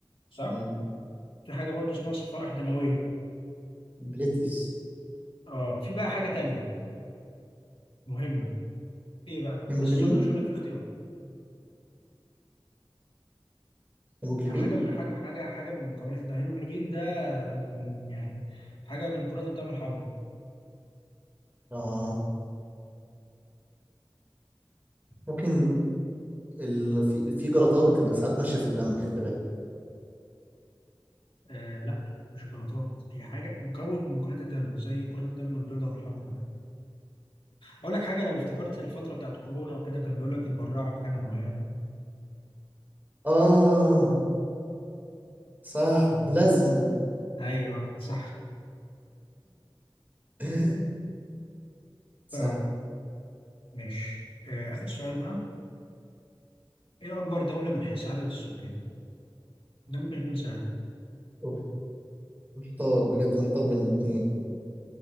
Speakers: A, on the left (about 85°); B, on the right (about 20°).
A: صح
B: امم
A: في حاجه برضو اسمها صفائح دمويه
B: بليتس
A: اه في بقى حاجه تانية مهمه ايه بقى
B: هيموجلوبين
A: بس السؤال ده مش هقول لك فيه اختيارات
B: هيموجلوبين
A: لا حاجه من حاجه حاجه حاجه من مكونات الدم الهيموجلوبين ده آه، من يعني حاجه من كرات الدم الحمراء
B: اه ممكن ال... في في جلطات بتبقى ساعات ماشيه في الدم خلي بالك
A: آه لا مش الجلطات هي حاجه مكون من مكونات الدم زي كرات الدم البيضاء والحمراء وكده اقول لك حاجه لو افتكرت الفتره بتاعت كورونا وكده كان بيقول لك اتبرعوا بحاجه معينه
B: اه صح
A: آه،
B: ملازمه
A: ايوه صح
B: <laughs> صح
A: طيب ماشي آه، آخر سؤال بقى إيه أكبر دولة من حيث عدد السكان؟ ده ممكن يكون سهل
B: أوف. محتار بجد محتار بين الاثنين